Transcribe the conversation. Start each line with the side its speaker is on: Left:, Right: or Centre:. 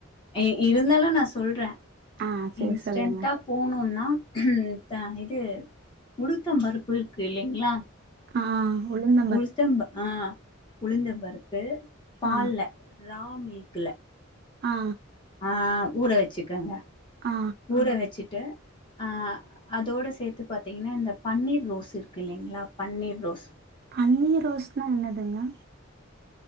Left: ஏ இருந்தாலு நா சொல்றே
Right: ஆ சரி
Left: இன்ஸ்டன்ட்டா
Right: சொல்லுங்க
Left: போணோன்னா தா இது உளுத்தம் பருப்பு இருக்கு இல்லைங்களா
Right: ஆ உளுந்
Left: உளுத்தம்ப ஆ உளுந்த பருப்பு பால்ல
Right: ஆ
Left: ரா மில்க்ல்ல
Right: ஆ
Left: ஆ ஊற வெச்சிக்கங்க
Right: ஆ
Left: ஊற வெச்சிட்டு ஆ அதோடு சேத்து பாத்தீங்னா இந்த பன்னீர் ரோஸ் இருக்கு இல்லைங்களா பன்னீர் ரோஸ்
Right: பன்னீர் ரோஸ்னா என்னதுங்க?